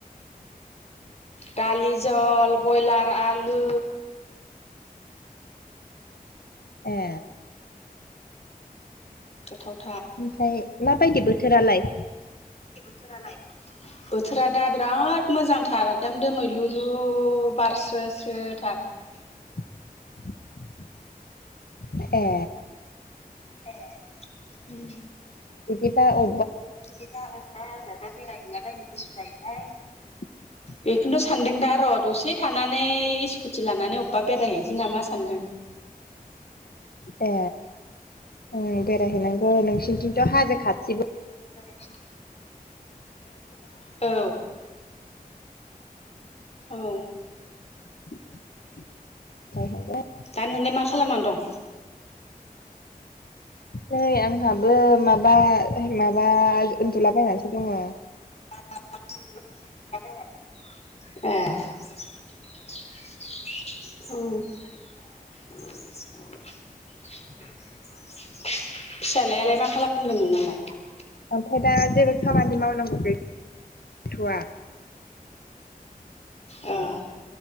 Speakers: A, on the left (about 45°); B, on the left (about 80°).
A: दलि जल। ब्रयलार आलु
B: ए
A: गोथाव
B: ओमफाय माबायदि बोथोरालाय?
A: <inaudible> बोथोरा दा बिराद मोजांथार एदम दोमैलुलु बारस्रो <unintelligible>
B: <inaudible> ए
A: ए उम
B: बिदिबा औ
A: बिदिबा अबेबा अबावबा बेरायहैला बायनो गोसो जायोहाय
B: <inaudible>
A: बेखोनथ' सानदों दा र' दसे थानानै स्कुटि लानानै अबेबा बेरायहैनोसै नामा सानदों
B: <inaudible> ए उम बेरायहैनांगौ नोंसिनिथिंथ' हाजो खाथिबो
A: <inaudible> औ बिदिनो औ
B: <inaudible> बेरायहैनांगोन।
A: दा नोंलाय मा खालामनानै दं
B: नै आंहाबो माबा मा बा उन्दुलाबायनानैसो दङ
A: ए उम फिसालायालाय मा खालामदों नोंनालाय
B: ओमफाय दा जेबो खामानि मावनांगौ गैथ'वा
A: <inaudible> ओ